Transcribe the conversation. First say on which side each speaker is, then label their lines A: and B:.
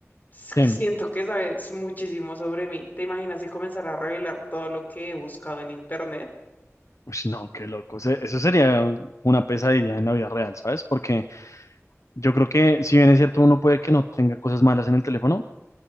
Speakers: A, on the left (about 35°); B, on the left (about 75°).
A: S-
B: Sí.
A: Siento que sabes muchísimo sobre mí. ¿Te imaginas si comenzara a revelar todo lo que he buscado en internet?
B: Ush, no, qué loco. O sea, eso sería una pesadilla en la vida real, ¿sabes? Porque yo creo que si bien es cierto, uno puede que no tenga cosas malas en el teléfono,